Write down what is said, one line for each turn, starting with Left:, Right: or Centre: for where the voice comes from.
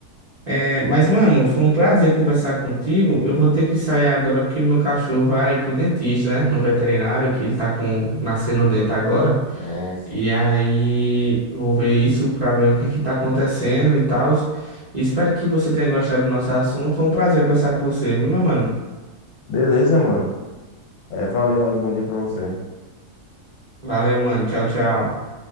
Right: É, mas, mano, foi um prazer conversar contigo. Eu vou ter que sair agora porque meu cachorro vai pro dentista, né? No veterinário, que ele tá com nascendo um dente agora.
Left: Nossa.
Right: E aí, vou ver isso pra ver o que é que tá acontecendo e tal. E Espero que você tenha gostado do nosso assunto. Foi um prazer conversar com você, viu, meu mano?
Left: Beleza, mano. É, valeu aí, bom dia pra você.
Right: Valeu, mano. Tchau, tchau.